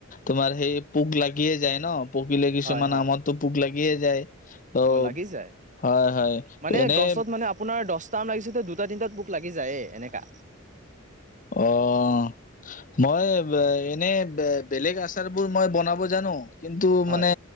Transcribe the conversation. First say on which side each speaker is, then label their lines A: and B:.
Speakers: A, on the left; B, on the right.
A: তোমাৰ সেই পোক লাগিয়ে যায় ন। পকিলে কিছুমান
B: হয় হয়
A: আমতটো পোক লাগিয়ে যায়। অ
B: লাগি যায়
A: হয় হয়
B: মানে
A: এনে
B: গছত মানে আপোনাৰ দহটা আম লাগিছেতো দুটা তিনটাত পোক লাগি যায়ে এনেকা।
A: অঁ মই এনে বেলেগ আচাৰ বোৰ মই বনাব জানো কিন্তু
B: হয়
A: মানে